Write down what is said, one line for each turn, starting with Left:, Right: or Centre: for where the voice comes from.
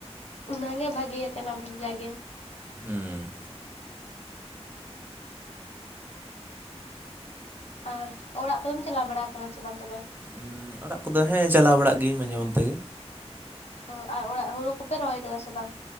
Left: ᱚᱱᱟᱜᱮ ᱵᱷᱟᱹᱜᱮ ᱠᱟᱱᱟ ᱵᱚᱱ ᱡᱟᱜᱮ᱾
Right: ᱦᱩᱸ᱾
Left: ᱟᱨ ᱚᱲᱟᱜ ᱠᱚᱫᱚᱢ ᱪᱟᱞᱟᱣ ᱵᱟᱲᱟ ᱠᱟᱱᱟ ᱥᱮ ᱵᱟᱝ ᱛᱚᱵᱮ?
Right: <inaudible> ᱚᱲᱟᱜ ᱠᱚᱫᱚ ᱦᱮᱸ ᱪᱟᱞᱟᱣ ᱵᱟᱲᱟᱜ ᱜᱤᱭᱟᱹᱧ ᱢᱟᱡᱷᱮ ᱢᱚᱫᱷᱮ ᱜᱮ᱾
Left: ᱚ ᱟᱨ ᱚᱲᱟᱜ ᱦᱩᱲᱩ ᱠᱚᱯᱮ ᱨᱚᱦᱚᱭ ᱠᱮᱫᱟ ᱥᱮ ᱵᱟᱝ?